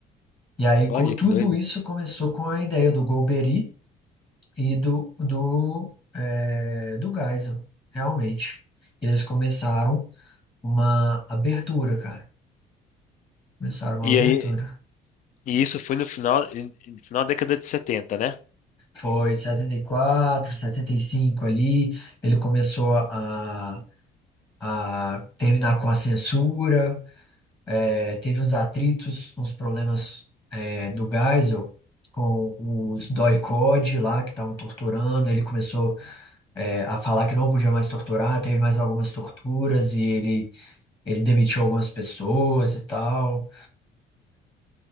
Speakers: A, on the left (about 25°); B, on the left (about 50°).
A: E aí,
B: olha
A: co- tudo
B: que doido.
A: isso começou com a ideia do Golbery, e do, do, é, do Geisel, realmente. E eles começaram uma abertura, cara. Começaram uma
B: E
A: abertura.
B: aí, e isso foi no final, em- em- final da década de 70, né?
A: Foi setenta setenta e quatro setenta e cinco ali, ele começou a, a terminar com a censura, é, teve uns atritos, uns problemas é, do Geisel com os doi Code lá que estavam torturando, ele começou é, a falar que não podia mais torturar, teve mais algumas torturas e ele Ele demitiu algumas pessoas e tal.